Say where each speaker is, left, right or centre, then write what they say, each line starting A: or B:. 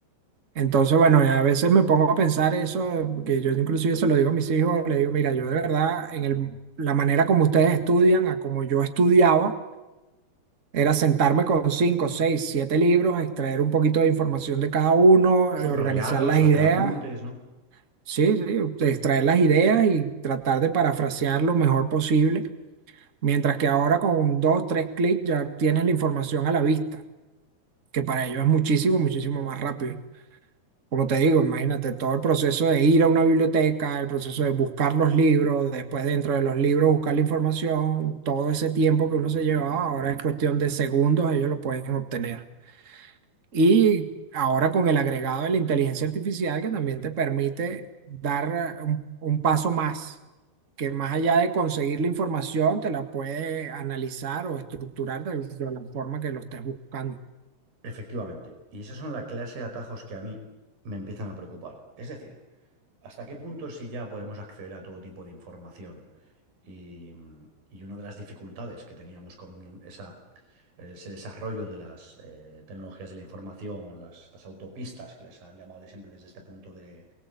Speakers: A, on the right; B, on the right.
A: Entonces, bueno, a veces me pongo a pensar eso, que yo inclusive se lo digo a mis hijos, le digo, mira, yo de verdad, en el, la manera como ustedes estudian, a como yo estudiaba, era sentarme con cinco, seis, siete libros, extraer un poquito de información de cada uno, eh,
B: Subrayarlos,
A: organizar las ideas,
B: hacer apuntes, ¿no?
A: sí, sí, extraer las ideas y tratar de parafrasear lo mejor posible, mientras que ahora con dos, tres clics ya tienes la información a la vista, que para ellos es muchísimo, muchísimo más rápido. Como te digo, imagínate todo el proceso de ir a una biblioteca, el proceso de buscar los libros, después dentro de los libros buscar la información, todo ese tiempo que uno se llevaba, ahora es cuestión de segundos, ellos lo pueden obtener. Y ahora con el agregado de la inteligencia artificial que también te permite dar eh, un, un paso más, que más allá de conseguir la información, te la puede analizar o estructurar de de la forma que lo estés buscando.
B: Efectivamente. Y esas son la clase de atajos que a mí me empiezan a preocupar. Es decir, ¿hasta qué punto si ya podemos acceder a todo tipo de información? Y, y una de las dificultades que teníamos con esa, ese desarrollo de las eh, tecnologías de la información, las, estas autopistas que les han llamado de siempre desde este punto de